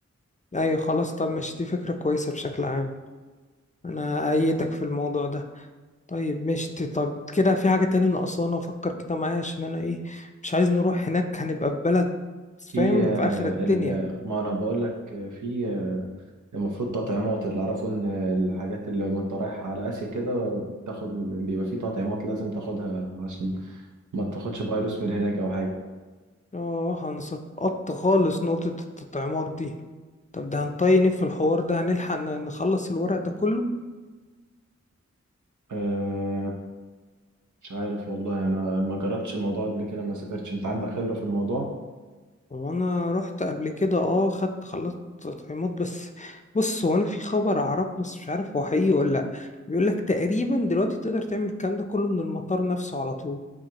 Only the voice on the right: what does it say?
في آه،
ال... ما أنا بقول لك آه، في آه، المفروض تطعيمات اللي أعرفه إن آه، الحاجات اللي وأنت رايح على آسيا كده بتاخد بيبقى في تطعيمات لازم تاخدها عشان ما تاخدش فيروس من هناك أو حاجة
آه، مش عارف والله انا ما جربتش الموضوع قبل كده ما سافرتش انت عندك خبرة في الموضوع